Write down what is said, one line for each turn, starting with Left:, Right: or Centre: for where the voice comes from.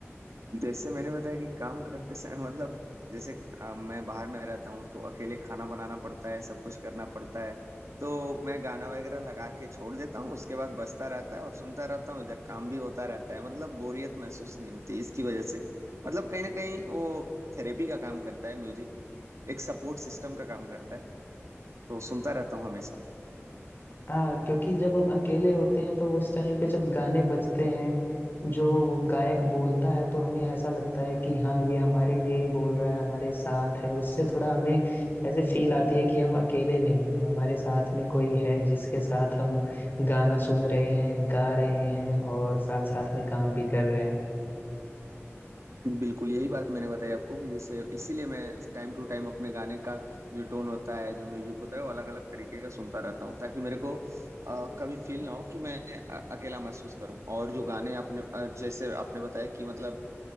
Right: जैसे मैंने बताया कि काम करते समय <laughs> मतलब जैसे अ, मैं बाहर में रहता हूँ तो अकेले खाना बनाना पड़ता है सब कुछ करना पड़ता है तो मैं गाना वगैरह लगा के छोड़ देता हूँ उसके बाद बजता रहता है और सुनता रहता हूँ इधर काम भी होता रहता है मतलब बोरियत महसूस नहीं होती इसकी वजह से मतलब कहीं ना कहीं वो थेरेपी का काम करता है म्यूजिक एक सपोर्ट सिस्टम का काम करता है तो सुनता रहता हूँ हमेशा
Left: हाँ क्योंकि जब हम अकेले होते हैं तो उस टाइम पे जब गाने बजते हैं जो वो गायक बोलता है तो हमें ऐसा लगता है कि हाँ ये हमारे लिए ही बोल रहा है हमारे साथ है उससे थोड़ा हमें ऐसे फील आती है कि हम अकेले नहीं हैं हमारे साथ में कोई है जिसके साथ हम गाना सुन रहे हैं गा रहे हैं और साथ साथ में काम भी कर रहे हैं
Right: बिल्कुल यही बात मैंने बताई आपको कि जैसे इसीलिए मैं टाइम टू टाइम अपने गाने का जो टोन होता है जो म्यूजिक होता है वो अलग अलग तरीके का सुनता रहता हूँ ताकि मेरे को अ, कभी फील ना हो कि मैं अ- अकेला महसूस करूँ और जो गाने आपने अ, जैसे आपने बताया कि मतलब